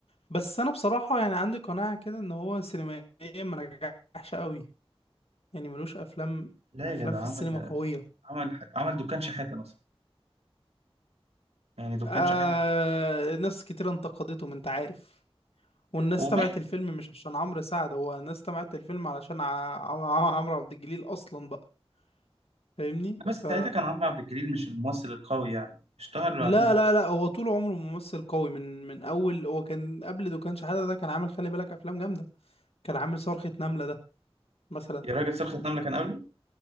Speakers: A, on the left (about 70°); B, on the right (about 85°).
A: بس انا بصراحه يعني عندي قناعه كده ان هو سينمائيا ما نجحش قوي يعني ملوش افلام
B: لا
A: افلام
B: يا جدع
A: في
B: عمل
A: السينما قويه
B: عمل عمل دكان شحاتة مثلا يعني دكان
A: آه...
B: شحاتة
A: ناس كتير انتقدته ما انت عارف والناس
B: وماشي
A: تبعت الفيلم مش عشان عمرو سعد هو الناس تبعت الفيلم علشان ع... ع... عمرو عبد الجليل اصلا بقى فاهمني
B: بس ساعتها
A: ف
B: كان عمرو عبد الجليل مش الممثل القوي يعني اشتهر بعديها
A: لا لا لا هو طول عمره ممثل قوي من من اول هو كان قبل دكان شحاتة ده كان عامل خلي بالك افلام جامده كان عامل صرخة نملة ده مثلا
B: يا راجل صرخة نملة كان قبله